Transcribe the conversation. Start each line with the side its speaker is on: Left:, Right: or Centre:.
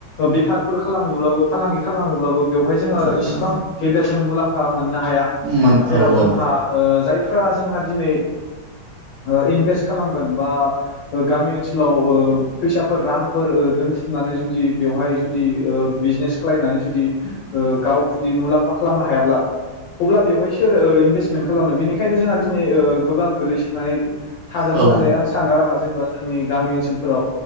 Left: बेफारफोर खालामोब्लाबो फालांगि खालामोब्लाबो बेवहाय जोङो
Right: औ
Left: इसेबां गेदेर जों मुलाम मोननो हा
Right: मोन
Left: जेराव
Right: औ
Left: जोंहा
Right: औ
Left: ओ जायफ्र जोंहा दिनै ओ इनभेस्ट खालामगोन बा गामि ओनसोलाव ओ फैसाफोर रांफोर ओ दोनथुमनानै जुदि बेवहाय जुदि ओ बिजनेस खालामलायनानै जुदि ओ गाव जुदि मुलाम्फा खालामनो हायाब्ला अब्ला बेवहाय सोर ओ इनभेस्टमेन्ट खालामनो बेनिखायनो जोंहा दिनै ओ गोबां गोल्लै नाय थादों होननानै
Right: औ
Left: आं सानो आरोना जेनेबा जोंनि गामि ओनसोलफोराव